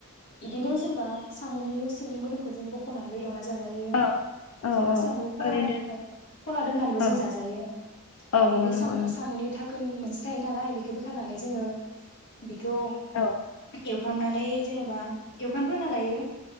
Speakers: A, on the left; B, on the left.
A: <unintelligible> इदिनो जेनेबा साम'नि सिंनि मोदोमखौ जों बख'नानैबो एवना जा जायो
B: औ औ
A: जेनबा
B: औ
A: सामु खलानिफ्राय
B: ओरैनो
A: खला दोननानैबो जों
B: औ
A: जाजायो‌
B: औ
A: इनो
B: औ नंगौ
A: सामु
B: नोंथां
A: सामुनि धा खोन मोनसे थायो नालाय बेखौ बोखारनानै जोङो बिखौ
B: औ
A: एवखामनानै जेनेबा एवखफ्रामग्रोना लायो